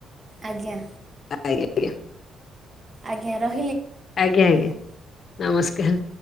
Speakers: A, on the right (about 30°); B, on the left (about 50°).
A: ଆଜ୍ଞା।
B: ଆଜ୍ଞା ଆଜ୍ଞା।
A: ଆଜ୍ଞା ର।
B: ଆଜ୍ଞା ଆଜ୍ଞା ନମସ୍କାର।